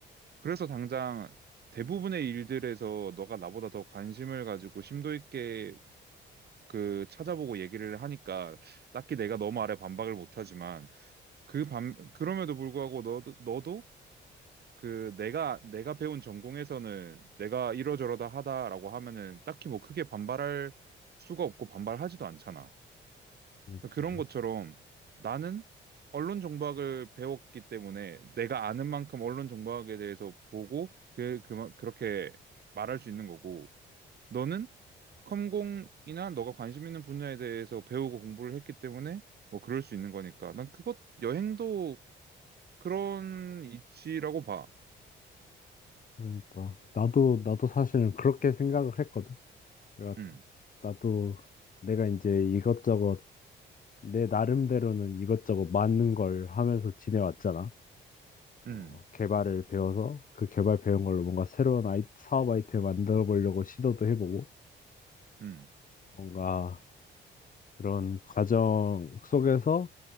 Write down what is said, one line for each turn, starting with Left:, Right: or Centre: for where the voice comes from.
Right: 그래서 당장 대부분의 일들에서 너가 나보다 더 관심을 가지고 심도 있게 그 찾아보고 얘기를 하니까 딱히 내가 너 말에 반박을 못하지만 그 반, 그럼에도 불구하고 너도, 너도 그 내가, 내가 배운 전공에서는 내가 이러저러다 하다라고 하면은 딱히 뭐 크게 반발할 수가 없고 반발하지도 않잖아.
Left: 그렇지
Right: 그런 것처럼 나는 언론 정보학을 배웠기 때문에 내가 아는 만큼 언론 정보학에 대해서 보고 그, 그, 그렇게 말할 수 있는 거고 너는 컴공이나 너가 관심 있는 분야에 대해서 배우고 공부를 했기 때문에 뭐 그럴 수 있는 거니까 난 그것 여행도 그런 이치라고 봐.
Left: 그러니까 나도 나도 사실은 그렇게 생각을 했거든 내가
Right: 음,
Left: 나도 내가 이제 이것저것 내 나름대로는 이것저것 맞는 걸 하면서 지내왔잖아 어,
Right: 음,
Left: 개발을 배워서 그 개발 배운 걸로 뭔가 새로운 아이, 사업 아이템을 만들어 보려고 시도도 해보고
Right: 음,
Left: 뭔가 그런 과정 속에서